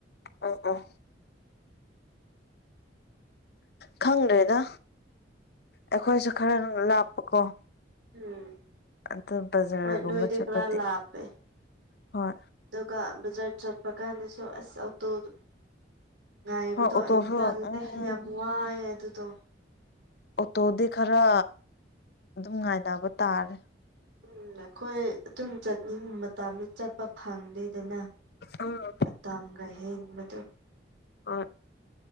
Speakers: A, on the left; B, on the right.
A: ꯑꯥ ꯑꯥ ꯈꯪꯗ꯭ꯔꯦꯅ ꯑꯩꯈꯣꯏꯁꯨ ꯈꯔ ꯂꯥꯞꯄꯀꯣ
B: ꯎꯝ
A: ꯑꯗꯨ ꯕꯖꯥꯔꯒꯨꯝꯕ
B: ꯍꯣꯏ ꯂꯣꯍꯤ ꯗꯦꯈꯔ
A: ꯆꯠꯄꯗꯤ
B: ꯂꯥꯄꯦ
A: ꯍꯣꯏ
B: ꯗꯒꯥ ꯖꯔ ꯆꯠ ꯄꯀꯥꯅꯦꯁꯨꯣ ꯑꯁ ꯑꯇꯗ ꯉꯥꯏꯕꯗꯣ
A: ꯍꯣꯏ ꯑꯣꯇꯣꯁꯨ
B: ꯑꯩꯗꯤ ꯇꯜꯂꯦ
A: ꯎꯝ
B: ꯌꯥꯝ ꯋꯥꯏꯑꯦ ꯑꯗꯨꯗꯣ
A: ꯑꯣꯇꯣꯗꯤ ꯈꯔ ꯑꯗꯨꯝ ꯉꯥꯏꯅꯕ ꯇꯥꯔꯦ
B: ꯎꯝ ꯑꯩꯈꯣꯏ ꯑꯗꯨꯝ ꯆꯠꯅꯤꯡ ꯃꯇꯝ ꯆꯄ ꯐꯪꯗꯦꯗꯅ
A: ꯎꯝ
B: ꯃꯇꯝꯒ ꯍꯦꯟꯕꯗꯨ
A: ꯑ